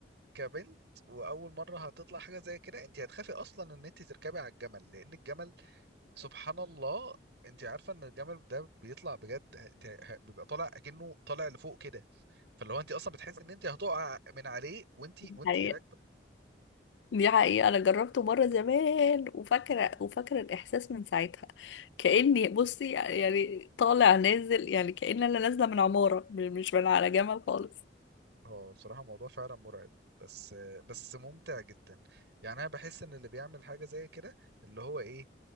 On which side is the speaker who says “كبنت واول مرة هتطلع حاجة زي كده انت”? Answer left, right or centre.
Right